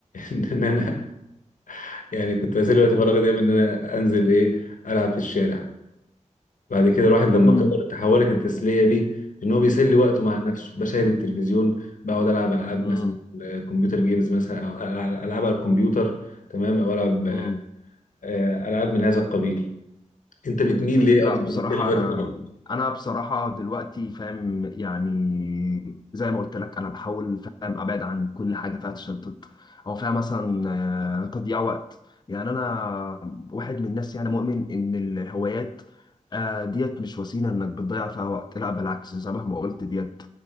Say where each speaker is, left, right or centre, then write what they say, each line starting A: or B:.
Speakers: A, on the left; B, on the left.
A: <laughs> ان انا يعني كنت بسلي وقت فراغي دايما ان انا انزل ايه العب في الشارع بعد كده الواحد لما
B: امم
A: كبر تحولت التسليه دي ان هو بيسلي وقته مع نفسه بشاهد التلفزيون بقعد العب العاب
B: امم
A: مثلا آه، كمبيوتر جيمز مثلا او ألع- العاب على الكمبيوتر تمام او العب
B: امم
A: آه، العاب من هذا القبيل انت بتميل ليه
B: لا
A: اكتر
B: بصراحة
A: بتسلي
B: أنا
A: وقت فراغك
B: أنا بصراحة دلوقتي فاهم يعني زي ما قلت لك أنا بحاول فاهم أبعد عن كل حاجة فيها تشتت أو فيها مثلا آه، تضييع وقت يعني أنا واحد من الناس يعني مؤمن إن الهوايات آه، ديت مش وسيلة إنك بتضيع فيها وقت لا بالعكس زي ما قلت ديت